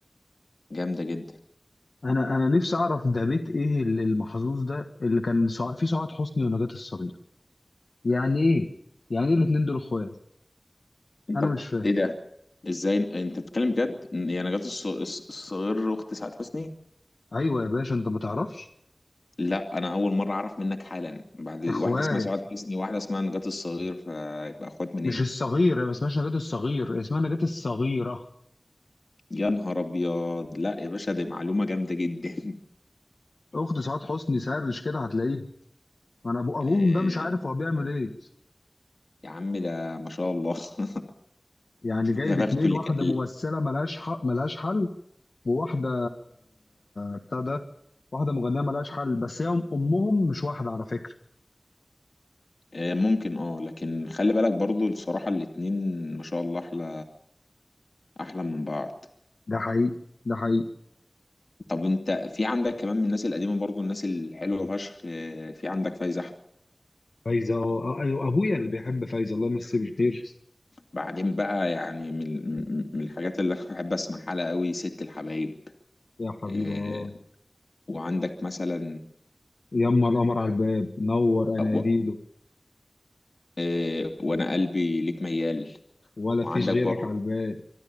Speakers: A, on the left; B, on the left.
A: جامدة جدا
B: انا انا نفسي اعرف ده بيت ايه ال- المحظوظ ده اللي كان سع- فيه سعاد حسني ونجاة الصغيره يعني ايه يعني ايه الاتنين دول اخوات
A: انت
B: انا مش فاهم
A: ايه ده ازاي انت بتتكلم بجد يعني نجاة الص- الص- الصغير اخت سعاد حسني
B: ايوه يا باشا انت ما تعرفش
A: لا انا اول مره اعرف منك حالا بعد واحده
B: اخوات
A: اسمها سعاد حسني واحده اسمها نجاة الصغير فيبقى اخوات من
B: مش
A: ايه
B: الصغير هي ما اسمهاش نجاة الصغير هي اسمها نجاة الصغيره
A: يا نهار ابيض لا يا باشا دي معلومه جامده جدا <laughs>
B: اخت سعاد حسني سرش كده هتلاقيها انا أبو- ابوهم
A: آه،
B: ده مش عارف هو بيعمل ايه
A: يا عم ده ما شاء الله <laughs>
B: يعني جايب
A: يا بخته
B: اتنين
A: اللي
B: واحدة
A: كان
B: ممثلة ملهاش حق ملهاش حل وواحدة بتاع ده واحدة مغنية ملهاش حل بس هي أم- أمهم مش واحدة على فكرة
A: آه، ممكن اه لكن خلي بالك برضو الصراحه الاتنين ما شاء الله احلى احلى من بعض
B: ده حقيقي ده حقيقي
A: طب انت في عندك كمان من الناس القديمه برضو الناس الحلوه فشخ آه، في عندك فايزه
B: فايزه اه آه، ايوه ابويا اللي بيحب فايزه الله يمسيه بالخير
A: بعدين بقى يعني من من الحاجات اللي انا بحب اسمعها لها قوي ست الحبايب
B: يا حبيبي
A: آه،
B: اه
A: وعندك مثلا
B: يما القمر على آه، الباب نور اناديله
A: آه، و- آه، وانا قلبي ليك ميال
B: ولا
A: وعندك
B: فيش غيرك
A: برضه
B: على الباب